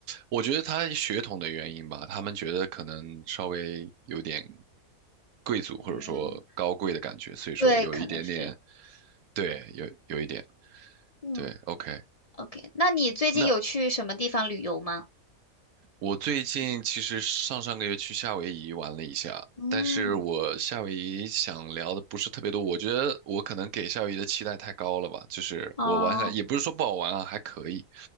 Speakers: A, on the right; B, on the left.
A: 我觉得他血统的原因吧，他们觉得可能稍微有点贵族或者说高贵的感觉，
B: 嗯
A: 所以说有一点点，
B: 对，可能是，
A: 对，有有一点，
B: 嗯
A: 对，OK。
B: ，OK。那你最近有去什么地方旅游吗？
A: 那。我最近其实上上个月去夏威夷玩了一下，
B: 嗯，
A: 但是我夏威夷想聊的不是特别多，我觉得我可能给夏威夷的期待太高了吧，就是我玩下来也不是说不好玩啊，
B: 哦，
A: 还可以，